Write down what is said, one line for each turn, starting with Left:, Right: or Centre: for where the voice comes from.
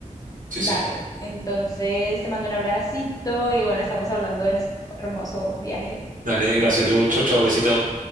Right: Sí,
Left: Dale.
Right: sí.
Left: Entonces te mando un abracito y bueno, estamos hablando de nuestro hermoso viaje.
Right: Dale, gracias, Lu. Chau, chau, besito.